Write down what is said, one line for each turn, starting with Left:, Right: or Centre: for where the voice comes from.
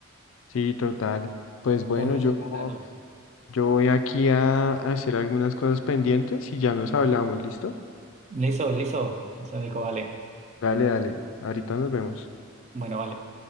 Left: Sí, total. Pues bueno,
Right: por
Left: yo,
Right: estrenarlo.
Left: yo voy aquí a hacer algunas cosas pendientes y ya nos hablamos, ¿listo?
Right: Listo, listo, listo, Nico, vale.
Left: Dale, dale. Ahorita nos vemos.
Right: Bueno, vale.